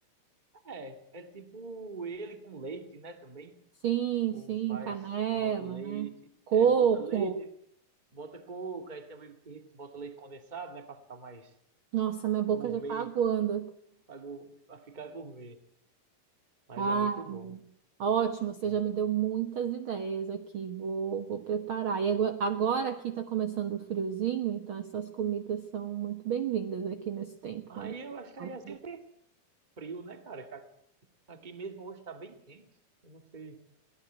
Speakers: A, on the right; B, on the right.
A: É, é tipo ele com leite, né? Também.
B: Sim,
A: O
B: sim,
A: povo faz,
B: canela,
A: você bota leite,
B: né? Coco.
A: é, bota leite, bota coco, aí também tem gente que bota leite condensado, né? Pra ficar mais
B: Nossa, minha boca
A: gourmet,
B: já tá aguando.
A: pra, gu- pra ficar gourmet. Mas
B: Ah,
A: é muito bom.
B: ótimo, você
A: Muito...
B: já me deu muitas ideias aqui. Vou, vou preparar. E agora, agora aqui está começando o friozinho, então essas comidas são muito bem-vindas aqui nesse tempo,
A: Aí
B: quando
A: eu acho que
B: tá
A: aí
B: o
A: é sempre
B: frio.
A: frio, né, cara? Que a- Aqui mesmo hoje tá bem quente. Eu não sei